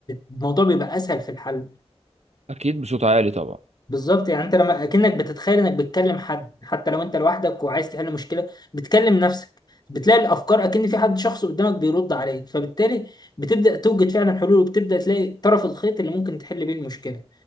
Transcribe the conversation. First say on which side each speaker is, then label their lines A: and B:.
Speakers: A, on the left (about 40°); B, on the right (about 85°).
A: الموضوع بيبقى اسهل في الحل
B: اكيد بصوت عالي طبعا
A: بالظبط يعني انت لما اكنك بتتخيل انك بتكلم حد حتى لو انت لوحدك وعايز تحل مشكله بتكلم نفسك بتلاقي الافكار اكن في حد شخص قدامك بيرد عليك فبالتالي بتبدا توجد فعلا حلول وبتبدا تلاقي طرف الخيط اللي ممكن تحل بيه المشكله